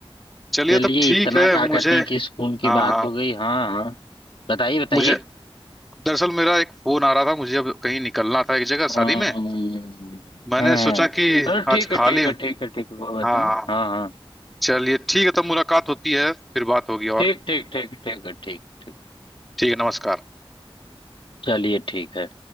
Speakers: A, in the centre; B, on the left.
A: चलिए
B: चलिए
A: तब ठीक
B: इतना
A: है
B: क्या
A: मुझे
B: कहते हैं कि स्कूल की
A: हाँ
B: बात
A: हाँ
B: हो गई हाँ हाँ बताइए बताइए
A: मुझे दरअसल मेरा एक फोन आ रहा था मुझे अब कहीं निकलना था एक जगह
B: हम्म
A: शादी में
B: हम्म।
A: मैंने सोचा कि
B: अरे
A: आज
B: ठीक
A: खा
B: है ठीक
A: लें
B: है ठीक है ठीक है वो बताएं
A: हाँ
B: हाँ हाँ
A: चलिए ठीक है तब मुलाकात होती है फिर बात होगी
B: ठीक
A: और
B: ठीक ठीक ठीक है ठीक ठीक
A: ठीक है नमस्कार
B: चलिए ठीक है